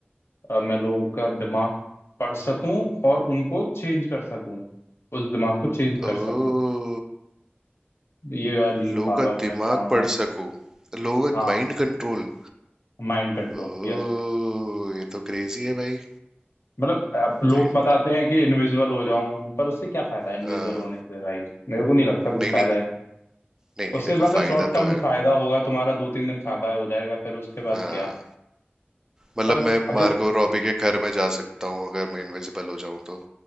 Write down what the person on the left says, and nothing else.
आह, मैं लोगों का दिमाग पढ़ सकूं और उनको चेंज कर सकूं उस दिमाग को चेंज
कर सकूं ये वाली
पावर
मैं चाहूंगा
हाँ
Mind control
यस
मतलब अब लोग
बताते हैं कि इनविजिबल हो जाऊं पर उससे क्या फायदा है इनविजिबल
होने से भाई मेरे को नहीं लगता कुछ
फायदा
है
उससे
बाद
शॉर्ट टर्म
फायदा होगा तुम्हारा दो तीन दिन फायदा हो जाएगा फिर उसके बाद
क्या
पर
अगर